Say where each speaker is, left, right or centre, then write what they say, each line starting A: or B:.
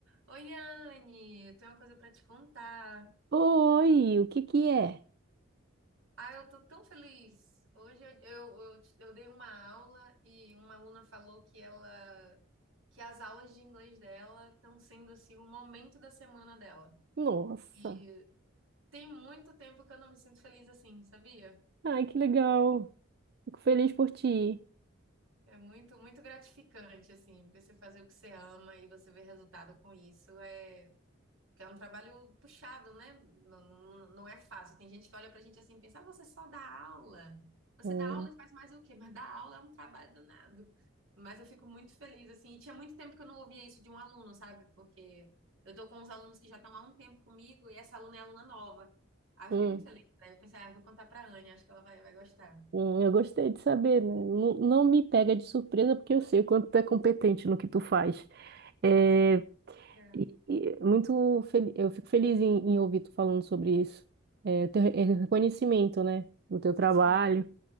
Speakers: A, on the right; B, on the right.
A: Oi, Anne, eu tenho uma coisa para te contar.
B: Oi, o que que é?
A: Ah, eu tô tão feliz. Hoje eu, eu, eu, eu dei uma aula e uma aluna falou que ela que as aulas de inglês dela estão sendo assim um momento da semana dela.
B: Nossa.
A: E tem muito tempo que eu não me sinto feliz assim, sabia?
B: Ai, que legal. Fico feliz por ti.
A: É muito, muito gratificante assim, você fazer o que você ama e você ver resultado com isso. É Porque é um trabalho puxado, né? Não, não, não é fácil. Tem gente que olha pra gente assim e pensa, ah, você só dá aula. Você
B: Hum,
A: dá aula e faz mais o quê? Mas dar aula é um trabalho danado. Mas eu fico muito feliz, assim. E tinha muito tempo que eu não ouvia isso de um aluno, sabe? Porque eu tô com uns alunos que já estão há um tempo comigo e essa aluna é aluna nova. Aí eu
B: hum,
A: fiquei muito feliz. Aí eu pensei, ah, eu vou contar pra Anne, acho que ela vai, vai gostar.
B: hum, eu gostei de saber, né? Não, não me pega de surpresa porque eu sei o quanto tu é competente no que tu faz. É,
A: Uhum, é,
B: e- e muito fel- eu fico feliz em, em ouvir tu falando sobre isso. É, teu re- é reconhecimento, né? Do teu trabalho.
A: sim.